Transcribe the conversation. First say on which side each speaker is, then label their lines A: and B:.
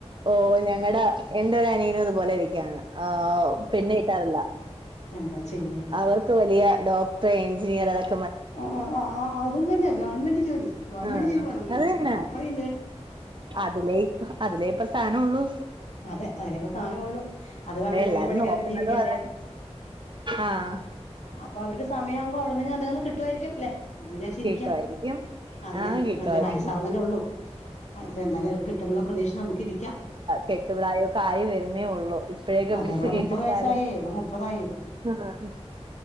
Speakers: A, on the right; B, on the left.
A: ഓഹ് ഞങ്ങടെ എന്റെര അന്യനും അതുപോലെ ഇരിക്കയാണ് ആഹ് പെണ്ണ് കിട്ടാറില്ല
B: എന്താ ചെയ്യാ
A: അവർക്ക് വലിയ ഡോക്ടറെ എഞ്ജിനിയയർക്കെ
B: ആഹ് അതൊന്നല്ല ഗവൺമെന്റ് ജോലി ഗവമെന്റ്
A: ആഹ്
B: ജോലി വേണംന്ന്
A: അത് തന്നെ
B: ഡോക്ടറവ
A: അതിലേ അതിലേ ഇപ്പ സ്ഥാനം ഉള്ളൂ
B: അതെ അതിനി ഇപ്പോ സ്ഥാനം ഉള്ളു അത് പറഞ്ഞിട്ട്
A: എല്ലാരും
B: കൂലിപ്പണിക്കാർക്ക്
A: നോക്കുന്നതും
B: ജീവിക്കേണ്ടേ
A: അതാണ് ആഹ്
B: അപ്പൊ അവർക്ക് സമയമാവുമ്പോ അവിടനിെ അന്തെങ്ങന്ന് കിട്ടുവായിരിക്കുംല്ലെ എന്ന് വിചാരിച്ചരിക്കാം
A: കിട്ടുവായിരിക്കും
B: അതിനെ
A: ആഹ് കിട്ടുവായിരിക്കും
B: ഒ പയസാവുന്നല്ലേ ഉള്ളൂ അത്ര എന്തായാലും അവർക്ക് കിട്ടുന്നുുള്ള പ്രദേശം നമുക്ക് ഇരിക്കാം
A: കെട്ടുപ്രായൊക്കെ ആയി വരുന്നേ ഉള്ളൂ ഇപ്പോഴേക്കെ
B: അതെ
A: പിടിച്ച്
B: ഇവിടെ
A: കെട്ടിച്ചാലും
B: മുപ്പത് വയസായേ ഇ മുപ്പതായി
A: ആഹ്